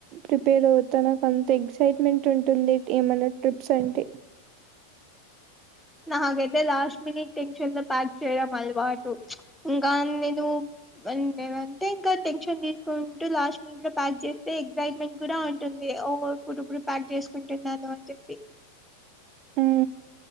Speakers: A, on the right; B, in the centre.
A: ప్రిపేర్ అవుతా నాకు అంత ఎక్సైట్మెంట్ ఉ ఉంటుంది ఏమైనా ట్రిప్స్ అంటే
B: అ నాగైతే లాస్ట్ మినిట్ టెన్షన్ లో ప్యాక్ చేయడం అలవాటు ఇంకా నేను ఉండేవ అంటే ఇంకా టెన్షన్ తీసుకుంటూ లాస్ట్ మీట్ లో ప్యాక్ చేస్తే ఎగ్సైట్మెంట్ కూడా ఉంటుంది ఓ ఇప్పుడుప్పుడు ప్యాక్ చేసుకుంటున్నాను అని చెప్పి
A: ఉ